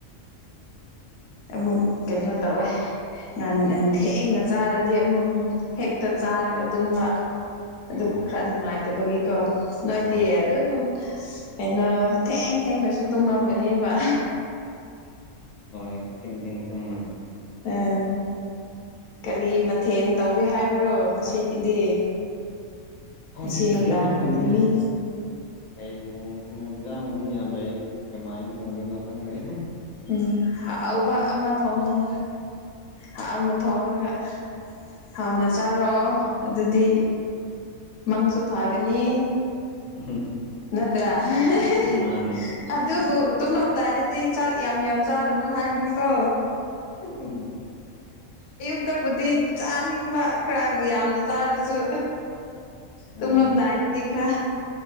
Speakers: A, on the left; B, on the left.
A: ꯑꯃꯨꯛ ꯀꯩꯅꯣ ꯇꯧꯋꯦ ꯉꯟ ꯉꯟ ꯊꯦꯡꯅ ꯆꯥꯔꯗꯤ ꯑꯃꯨꯛ ꯍꯦꯛꯇ ꯆꯥꯔꯒ ꯇꯨꯝꯕ
B: ꯑꯣ
A: ꯑꯗꯨ ꯈꯔ ꯅꯨꯡꯉꯥꯏꯇꯕꯒꯤ ꯀꯣ ꯅꯣꯏꯗꯤ
B: ꯑꯣ
A: ꯑꯗꯨꯝ ꯀꯩꯅꯣ ꯊꯦꯡ ꯊꯦꯡꯅꯁꯨ ꯇꯨꯝꯂꯝꯒꯅꯦꯕ
B: ꯍꯣꯏ ꯊꯦꯡ ꯊꯦꯡ ꯇꯨꯝꯃꯅꯤ
A: ꯎꯝ ꯀꯔꯤ ꯃꯊꯦꯜ ꯇꯧꯒꯦ ꯍꯥꯏꯕ꯭ꯔꯣ ꯉꯁꯤꯒꯤꯗꯤ꯫
B: ꯍꯧꯖꯤꯛꯀꯤꯁꯦ
A: ꯉꯁꯤ ꯅꯨꯡꯗꯥꯡꯒꯤꯗꯤ꯫
B: ꯈꯪꯗꯦꯅꯦ ꯀꯩ ꯊꯣꯡꯁꯤꯅꯣ ꯌꯦꯟꯖꯥꯡꯕꯨꯗꯤ ꯌꯥꯝ ꯂꯩ ꯀꯃꯥꯏꯅ ꯊꯣꯡꯗꯣꯏꯅꯣ ꯈꯪꯗꯦ꯫
A: ꯎꯝ ꯍꯥꯎꯕ ꯑꯃ ꯊꯣꯡꯉꯨ ꯍꯥꯎꯅ ꯊꯣꯡꯉꯒ꯫ ꯍꯥꯎꯅ ꯆꯥꯔꯛꯑꯣ ꯑꯗꯨꯗꯤ꯫ ꯃꯪꯁꯨ ꯐꯒꯅꯤ꯫
B: <unintelligible>
A: ꯅꯠꯇ꯭ꯔ <unintelligible>
B: ꯃꯥꯅꯦ
A: ꯑꯗꯨꯕꯨ ꯇꯨꯝꯂꯝ ꯗꯥꯏꯗꯗꯤ ꯆꯥꯛ ꯌꯥꯝ ꯌꯥꯝ ꯆꯥꯔꯨꯅꯨ ꯍꯥꯏꯕꯅꯤꯀꯣ꯫
B: <unintelligible>
A: ꯑꯗꯨꯕꯨꯗꯤ ꯆꯥꯅꯤꯡꯕ ꯈꯔ ꯌꯥꯝꯅ ꯆꯥꯔꯁꯨ꯫ ꯇꯨꯝꯔꯝꯗꯥꯏꯗꯗꯤ
B: ꯎꯝ
A: ꯈ꯭ꯔ꯫